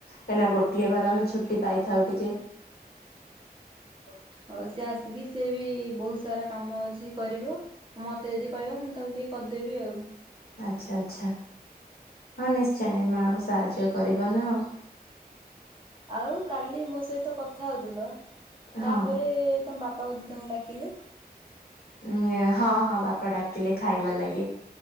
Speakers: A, on the left; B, on the right.
A: କାହିଁନା ଗୋଟିଏ ଵାର ଆମେ ଛୁଟି ପାଇଥାଉ ଟିକେ। ହ <inaudible>
B: ହ ସିଏ ଆସିକି ସିଏ ବି ବହୁତ ସାରା କାମ ଅଛି କରିବ। ମତ ତଯଦି କହିବ ମୁଁ ତାକୁ ଟିକେ କରଦେବି ଆଉ।
A: ଆଚ୍ଛା ଆଚ୍ଛା ହଁ ନିଶ୍ଚୟ ମାଆଙ୍କୁ ସାହାଯ୍ୟ କରିବ ନା ଆଉ।
B: ଆଉ କାଲି ମୋ ସଇତ କଥା ହୋଉଥୁଲ। ତାପରେ
A: ହଁ।
B: ତମ ବାପ ପା ବୋଧେ ତମକୁ ଡାକିଲେ?
A: ନ୍ୟା ହଁ ହଁ ବାପା ଡାକିଲେ ଖାଇବା ଲାଗି।